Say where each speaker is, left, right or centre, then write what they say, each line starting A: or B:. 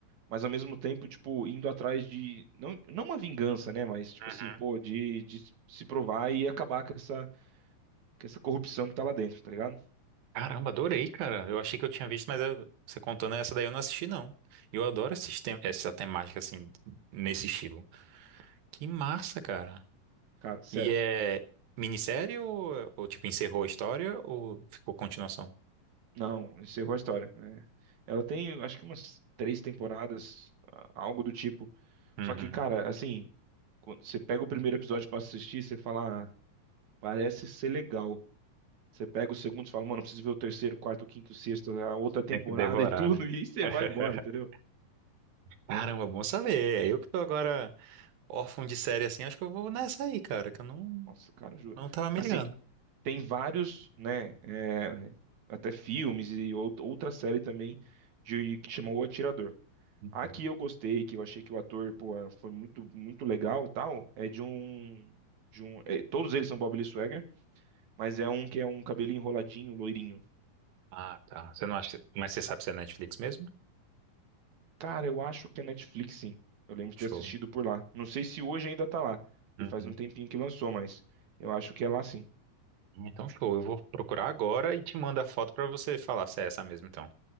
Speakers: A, on the right; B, on the right.
A: mas ao mesmo tempo, tipo, indo atrás de não, não uma vingança, né, mas tipo
B: Uhum.
A: assim, pô, de, de se provar e acabar com essa, com essa corrupção que tá lá dentro, tá ligado?
B: Caramba, adorei, cara. Eu achei que eu tinha visto, mas eu- você contando essa daí eu não assisti, não. E Eu adoro esses tem- essa temática, assim, nesse estilo. Que massa, cara.
A: Cara, sério.
B: E é minissérie ou, ou, tipo, encerrou a história ou ficou continuação?
A: Não, encerrou a história, né? Ela tem, acho que umas três temporadas, a- algo do tipo.
B: Uhum.
A: Só que, cara, assim, quando você pega o primeiro episódio pra assistir, você fala, ah, parece ser legal. Você pega o segundo e fala, mano, preciso ver o terceiro, quarto, quinto, sexto, a outra temporada
B: Tem que devorar,
A: e tudo,
B: né?
A: <laughs> e aí você
B: <laughs>
A: vai embora, entendeu?
B: Caramba, bom saber. É Eu que tô agora órfão de série assim, acho que eu vou nessa aí, cara, que eu não,
A: Nossa, cara, juro.
B: não tava me
A: Assim,
B: ligando.
A: tem vários, né, é, até filmes e out- outra série também de, que chamou O Atirador.
B: Uhum.
A: A que eu gostei, que eu achei que o ator, pô, eh, foi muito, muito legal e tal, é de um, de um, eh, todos eles são Bob Lee Swagger, mas é um que é um cabelinho enroladinho, loirinho.
B: Ah, tá. Você não acha. Mas você sabe se é Netflix mesmo?
A: Cara, eu acho que é Netflix, sim. Eu lembro de
B: Show.
A: ter assistido por lá. Não sei se hoje ainda tá lá, porque
B: Uhum.
A: faz um tempinho que lançou, mas eu acho que é lá sim.
B: Então, show. Eu vou procurar agora e te mando a foto pra você falar se é essa mesmo, então.